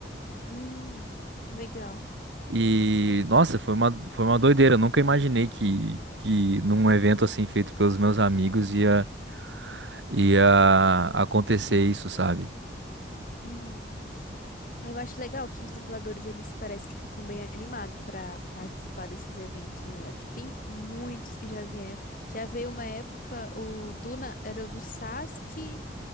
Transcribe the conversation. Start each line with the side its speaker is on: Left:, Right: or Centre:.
Left: Hum, legal.
Right: E, nossa, foi uma, foi uma doideira. Eu nunca imaginei que, que num evento assim feito pelos meus amigos ia. ia acontecer isso, sabe?
Left: Uhum. Eu acho legal que os dubladores, eles parecem que ficam bem animados pra participar desses eventos, né? Aqui tem muitos que já vieram. Já veio uma época, o Duna era o do Sasuke.